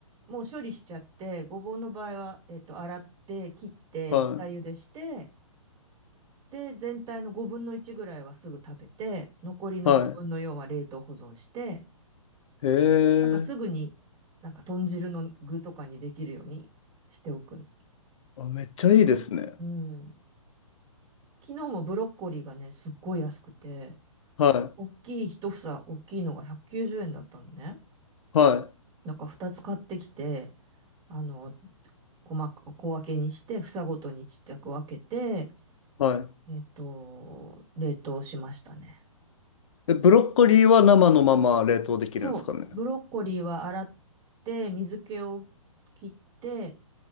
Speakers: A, on the right (about 20°); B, on the left (about 65°).
A: もう処理しちゃって、ごぼうの場合は、えっと、洗って、切って、
B: はい、
A: 下茹でして、で、全体の5分の1ぐらいはすぐ食べて、残りの5分の4は冷凍保存して、
B: はい。へ
A: なんかすぐに、
B: え。
A: なんか豚汁の具とかにできるようにしておくの。
B: あ、めっちゃいいですね。
A: うん。昨日もブロッコリーがね、すっごい安くて、
B: は
A: 大きい一房、大きいのが190円だったのね。
B: い、は
A: だから2つ買ってきて、あの、細か、小分けにして、房ごとにちっちゃく分けて、
B: い、は
A: えっと、冷凍しましたね。
B: い。え、ブロッコリーは生のまま冷凍できるんですかね。
A: そう、ブロッコリーは洗って水気を切って、